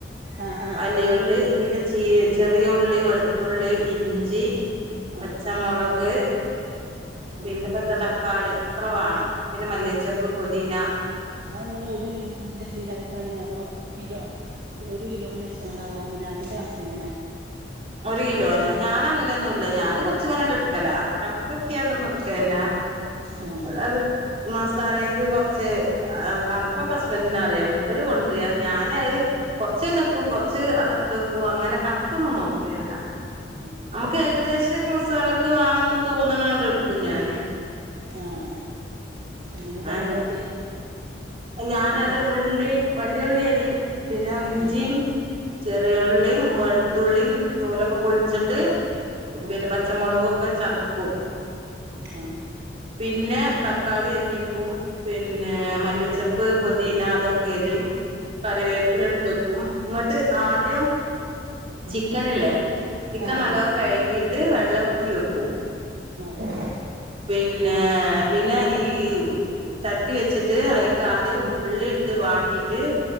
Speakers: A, on the right (about 55°); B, on the right (about 35°).
A: ആഹ്
B: വലിയുള്ളി പിന്നെ ചി ചെറിയ ഉള്ളി വെളുത്തുള്ളി ഇഞ്ചി
A: ആഹ് ആഹ്
B: പച്ചമുളക്
A: ആഹ്
B: പിന്നെപ്പെന്ത തക്കാളി ഇത്ര വേണം പിന്നെ മല്ലിച്ചപ്പ് പൊദീന
A: അതെങ്ങനെ ഒരു കിലോന്റെതിലായിട്ടാണ് അതോ കിലോ? ഒരു കിലോന് വെച്ചാണ്ടതങ്ങനെ അതിന്റെ കണക്കെങ്ങനെ?
B: ഒരു കിലോനോ ഞാനങ്ങനേന്നുല്ല ഞാന് കുറച്ചിങ്ങനെണ്ട്ട്ക്കല. കണക്കൊക്കിയാണ്ടൊന്നുട്കല്ല
A: ആഹ് ആഹ്
B: ഇവിടെ അത് മസാലേക്ക് കൊറച്ച് കണക്കൊക്കെ ഹസ്ബൻഡിനറിയാ മൂപ്പര് കൊണ്ട്ര ഞാനത് കൊർച്ചയിന്ന്ട്ക്കു കൊർച്ച് അവടെ ട്ത്തേക്കും അങ്ങനെ കണക്കൊന്നും നോക്കെല്ല.
A: ്
B: നമക്ക് ഏകദേശൊര് മസാലക്ക് വാണന്ന് തോന്നണണ്ട്ട്ക്കും ഞാന്.
A: ആഹ് ന്നിട്ടെന്താ
B: ഏഹ്
A: ചെയ്യ.
B: ഞാനത്
A: എന്നിട്ട്
B: ഉള്ളി വലിയ ഉള്ളി അരിയും പിന്നെ ഇഞ്ചീം
A: ആഹ്
B: ചെറിയുള്ളിം വെളുത്തുള്ളിം തോലൊക്കെ പൊളിച്ചിട്ട്
A: ആഹ്
B: പിന്നെ പച്ച പച്ചമുളൊകൊക്കെ ചതക്കും.
A: ആഹ്
B: പിന്നെ തക്കാളി അര്ഞ്ഞേക്കും പിന്നെ മല്ലിച്ചെപ്പ് പൊതീന അതൊക്കെരിം കറിവേപ്പ് ഇല എടുത്തേക്കും ഇങ്ങ്ട്ട് ആദ്യം
A: ഉം
B: ചിക്കനില്ലെ ചിക്കൻ
A: ആഹ്
B: നല്ലോം
A: ആഹ്
B: കഴുകീട്ട് വെള്ളം ഊറ്റി വെക്കൂം.
A: ആഹ്
B: പിന്നേ പിന്നെ ഈ ചട്ടി വെച്ചിട്ട് അയ് ആദ്യം
A: ഉം
B: ഉള്ളിട്ത്ത് വാട്ടീറ്റ്